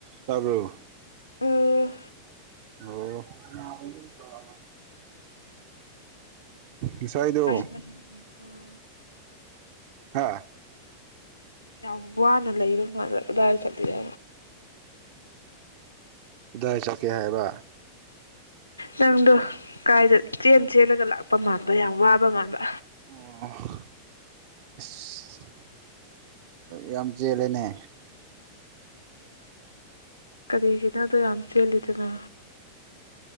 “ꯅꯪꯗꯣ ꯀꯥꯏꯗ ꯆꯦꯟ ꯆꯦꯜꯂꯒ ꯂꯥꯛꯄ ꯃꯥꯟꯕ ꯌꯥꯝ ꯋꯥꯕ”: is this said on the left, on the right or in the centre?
Left